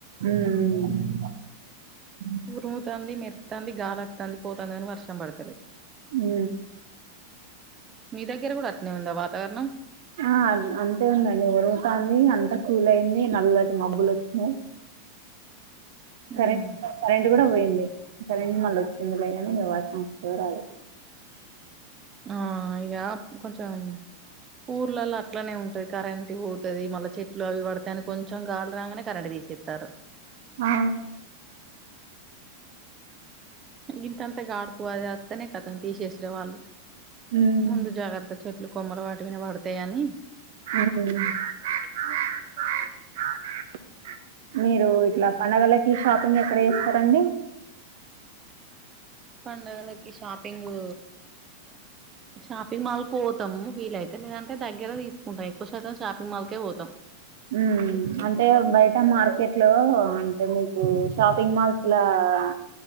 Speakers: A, on the right; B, on the right.
A: ఉమ్
B: ఉరుముతాంది మెరుత్తాంది గాలివత్తాంది పోతుంది గాని వర్షం పడతలేదు
A: ఉ
B: మీ దగ్గర కూడా అట్నే ఉందా వాతావరణం
A: ఆ అం అంతే ఉందండి ఉరుముతాంది అంతా కూల్ అయింది నల్లటి మబ్బులు వచ్చినాయి కరెంట్
B: ఉమ్
A: కరెంట్ కూడా పోయింది కుందె కరెంట్ మళ్ళ వచ్చింది లేగానీ వర్షం వస్తాదో రాదో
B: ఆ ఇగ కొంచం ఊర్లలో అట్లనే ఉంటుది కరెంట్ పోతాది మళ్ళా చెట్లు అవి పడతాయని కొంచెం గాలి రాగానే కరెంట్ తిసే స్తరు
A: ఆ
B: ఇంతంత గాడుపు అది వత్తనే కదా తీసేసిరి వాళ్ళు
A: ఉమ్
B: ముందు జాగ్రత్త చెప్పి ఇట్లా కొమ్మల వాటి పైనా పడుతాయని
A: ఉమ్ <unintelligible> మీరు ఇట్లా పండగలకి షాపింగ్ ఎక్కడ చేస్తారండి
B: పండగలకి షాపింగు షాపింగ్ మాల్ కి పో తం వీలైతే లేదంటే దగ్గర తీసుకుంట ఎక్కువ శాతం షాపింగ్ మాల్కే పోతాం
A: మ్ అంటే బయట మార్కెట్ లో అంటే మీకు షాపింగ్ మాల్స్లా ఆ